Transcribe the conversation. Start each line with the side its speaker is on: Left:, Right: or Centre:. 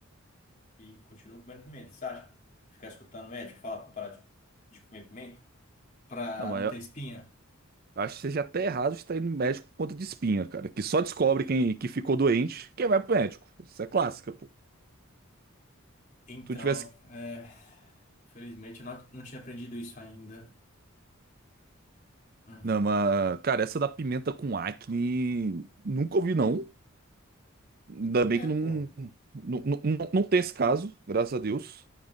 Left: e continuo comendo pimenta, Você acha? Ficar escutando o médico falar pra parar de, de comer pimenta pra
Right: Não, mas
Left: não ter espinha.
Right: eu acho que seja até errado estar indo no médico por conta de espinha, cara. Que só descobre quem que ficou doente, quem vai pro médico. Isso é clássica, pô.
Left: Então,
Right: Tu tivesse.
Left: é, infelizmente, eu não, não tinha aprendido isso ainda. Hum.
Right: Não, mas, cara, essa da pimenta com acne, nunca ouvi, não. Ainda bem
Left: É,
Right: que não,
Left: pô.
Right: não, não, não não tem esse caso, graças a Deus.